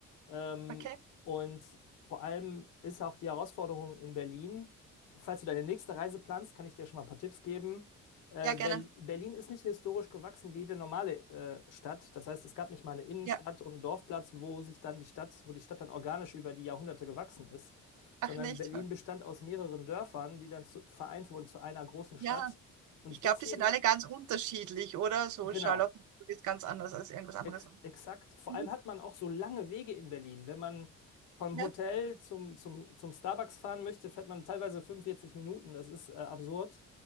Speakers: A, on the left (about 85°); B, on the right (about 75°).
A: Ähm,
B: okay.
A: und vor allem ist auch die Herausforderung in Berlin, falls du deine nächste Reise planst, kann ich dir schon mal ein paar Tipps geben. Äh,
B: Ja, gerne.
A: Berl- Berlin ist nicht historisch gewachsen wie jede normale äh, Stadt. Das heißt, es gab nicht mal eine Innenstadt
B: Ja,
A: und einen Dorfplatz, wo sich dann die Stadt, wo die Stadt dann organisch über die Jahrhunderte gewachsen ist, sondern
B: ach nicht.
A: Berlin bestand aus mehreren Dörfern, die dann zu, vereint wurden zu einer großen Stadt.
B: Ja.
A: Und
B: Ich glaube,
A: deswegen,
B: die sind alle ganz unterschiedlich, oder? So
A: genau.
B: Charlottenburg ist ganz anders als irgendwas anderes.
A: Ex exakt. Vor
B: Mhm.
A: allem hat man auch so lange Wege in Berlin. Wenn man vom
B: Ja?
A: Hotel zum, zum, zum Starbucks fahren möchte, fährt man teilweise 45 Minuten. Das ist äh, absurd.